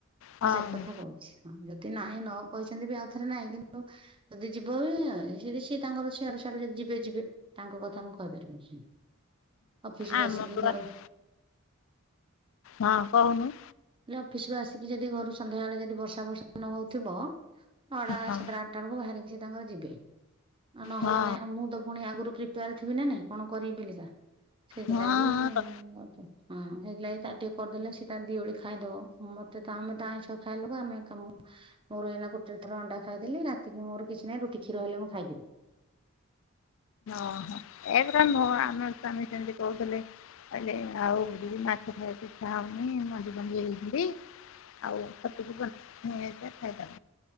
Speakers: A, on the left; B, on the right.
A: ହଁ
B: ମୁଁ ସେ କଥା କହୁଛି। ବୋଧେ ନାହିଁ ନ କହିଛନ୍ତି ବି ଆଉଥରେ ନାହିଁ କିନ୍ତୁ ଯଦି ଯିବ ହ ସେ ସିଏ ତାଙ୍କର ସିଆଡୁ ସିଆଡୁ ଯଦି ଯିବେ ଯିବେ। ତାଙ୍କ କଥା ମୁଁ କହିପାରିବିନି ହି ଅଫିସ୍ ରୁ
A: ଆମ
B: ଆସିକି
A: ହଁ
B: ଘର
A: ହଁ କହୁନୁ।
B: ଏଲେ ଅଫିସ ରୁ ଆସିକି ଯେଦି ଘରୁ ସନ୍ଧ୍ୟା ବେଳେ ଯେଦି ବର୍ଷା ବର୍ଷା ନ ହଉଥିବ ଅଡା
A: ହଁ
B: ସାତଟାଆ ଟା ବଳକୁ ବାହାରିକି ସେ ତାଙ୍କର ଯିବେ ନହେଲେ
A: ହଁ
B: ନାଇ ମୁଁ ତ ପୁଣି ଆଗୁରୁ କ୍ରିପ୍ ପେୟାର୍ ଥିବି ନା ନାଇଁ କଣ କରିବି ବେଲିିକା ସେଇଥିଲାଗି
A: ହଁ
B: ହୁଁ ହେଥିଲାଗି ତାର୍ ଟିକେ କରିଦେଲେ ସେ ତାର୍ ଦିଓଳି ଖାଇଦବ ମତେ ତ ଆମେ ତ ଆଇଁଷ ଖାଇବା ଲୋକ ଆମେ କାମ ମୋର ଏଇନା ଗୋଟରେ ଥର ଅଣ୍ଡା ଖାଇଦେଲି ରାତିକୁ ମୋର କିଛି ନାହିଁ ରୁଟି କ୍ଷୀର ହେଲେ ମୁଁ ଖାଇଦେବି।
A: ଓହୋ ଏପରା ନହ ଆମେ ସ୍ୱାମୀ ସେମତି କହୁଥିଲେ। ହେଲେ ଆଉ ରୁହି ମାଛ ଖାଇବାକୁ ଇଚ୍ଛା ହଉନି ମଞ୍ଜି ଫଞ୍ଜି ହେଇଯାଇଛନ୍ତି। ଆଉ ଛତୁକୁ କଣ ନେଇ ଆସିବା ଖାଇଦବା।